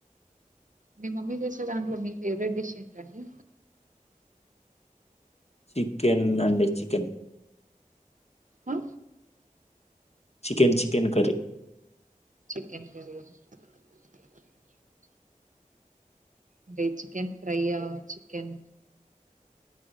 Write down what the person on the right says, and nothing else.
మీ మమ్మీ చేసే దాంట్లో మీ ఫేవరెట్ డిష్ ఏంటండి
హా
క అంటే చికెన్ ఫ్రైయా chicken